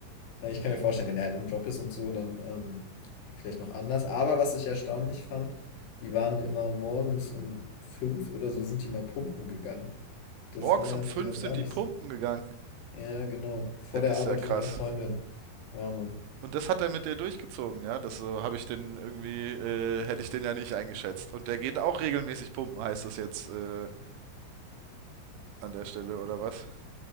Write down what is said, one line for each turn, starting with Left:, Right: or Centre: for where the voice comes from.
Left: Ich kann mir vorstellen, wenn der halt im Job ist und so, dann ähm, vielleicht noch anders. Aber was ich erstaunlich fand, die waren immer morgens um fünf oder so sind die mal pumpen gegangen. Das
Right: Morgens
Left: war ja
Right: um fünf
Left: früher gar
Right: sind
Left: nicht
Right: die Pumpen
Left: so
Right: gegangen.
Left: ja, genau. Vor
Right: Ja, das
Left: der
Right: ist
Left: Arbeit
Right: ja krass.
Left: von der Freundin. Ja, Mann.
Right: Und das hat er mit dir durchgezogen, ja? Das so habe ich den irgendwie, äh, hätte ich den ja nicht eingeschätzt. Und der geht auch regelmäßig pumpen, heißt es jetzt äh, an der Stelle, oder was?